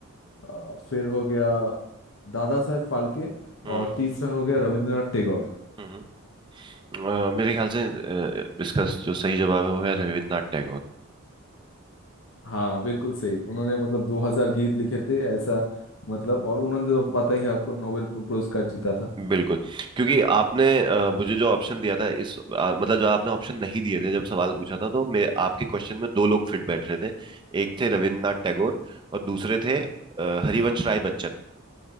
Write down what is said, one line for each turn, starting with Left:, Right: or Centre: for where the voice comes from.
Left: अ, फिर हो गया दादा साहेब फाल्के
Right: हम्म,
Left: और
Right: हम्म।
Left: तीसरा हो गया रविंद्रनाथ टैगोर
Right: हम्म, हम्म। अ, मेरे ख्याल से अ, इसका जो सही जवाब है वो है रविन्द्रनाथ टैगोर
Left: हाँ बिल्कुल सही उन्होंने मतलब दो हजार गीत लिखे थे ऐसा मतलब और उन्होंने तो पता ही है आपको नोबेल पुरस्कार जीता था
Right: बिल्कुल क्योंकि आपने अ, मुझे जो ऑप्शन दिया था इस अ, मतलब जो आपने ऑप्शन नहीं दिए थे जब सवाल पूछा था तो मैं आपके क्वेश्चन में दो लोग फिट बैठ रहे थे एक थे रविन्द्रनाथ टैगोर और दूसरे थे अ, हरिवंश राय बच्चन